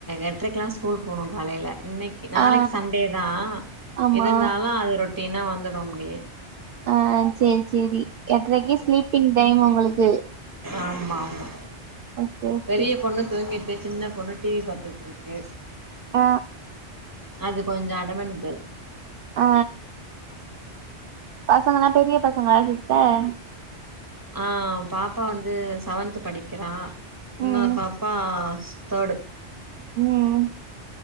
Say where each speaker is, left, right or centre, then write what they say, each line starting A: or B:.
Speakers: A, on the right (about 15°); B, on the right (about 60°).
A: ஏட்ரை க்லா ஸ்கூல் போனு காலைல இன்னைக்கு நாளைக்கு
B: ஆ
A: சண்டே தா
B: ஆமா
A: இருந்தாலு அது ரொட் டினா வந்துடு அப்டியே
B: ஆ சேரி சேரி எட்ரைக்கு ஸ்லீப்பிங் டைம் உங்களுக்கு
A: ஆமாமா
B: ஓகே ஓகே
A: பெரிய பொண்ணு தூங்கிட் டு சின்ன பொண்ணு டிஸவி பாத்துட்ருக்கு
B: ஆ
A: அது கொஞ்சோ அடமன்ட் கேள்
B: ஆ பசங்கன்னா பெரிய பசங்களா சிஸ்டர்
A: ஆ பாப்பா வந்து செவன்த்து படிக்கிறா இன்னொரு
B: ம்
A: பாப்பா ஸ்தேடு
B: ம்